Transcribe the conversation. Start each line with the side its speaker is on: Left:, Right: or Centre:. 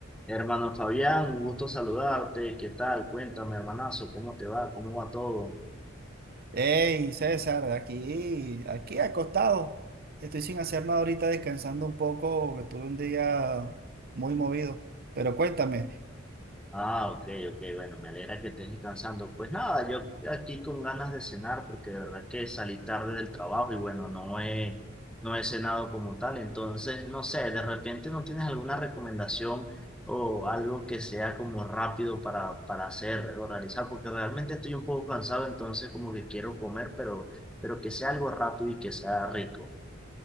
Centre: Hermano Fabián, un gusto saludarte. ¿Qué tal? Cuéntame, hermanazo, ¿cómo te va? ¿Cómo va todo?
Right: Hey, César, aquí, aquí acostado. Estoy sin hacer nada ahorita, descansando un poco, que tuve un día muy movido. Pero cuéntame.
Centre: Ah, ok, ok, bueno, me alegra que estés descansando. Pues nada, yo aquí con ganas de cenar porque de verdad que salí tarde del trabajo y bueno, no he, no he cenado como tal. Entonces, no sé, de repente no tienes alguna recomendación o algo que sea como rápido para, para hacer o realizar, porque realmente estoy un poco cansado, entonces como que quiero comer, pero, pero que sea algo rápido y que sea rico.